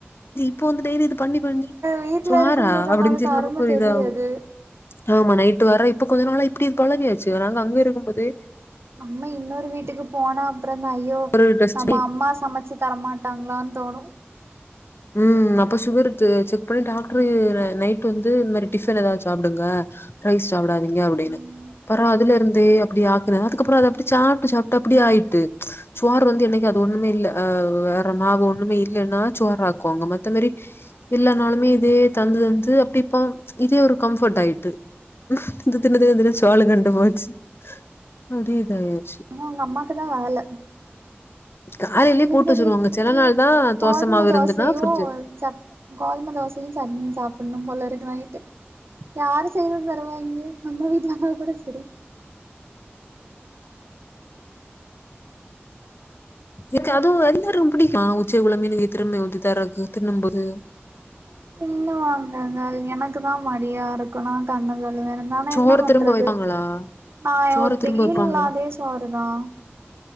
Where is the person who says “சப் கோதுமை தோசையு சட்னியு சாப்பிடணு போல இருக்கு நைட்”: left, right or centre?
Right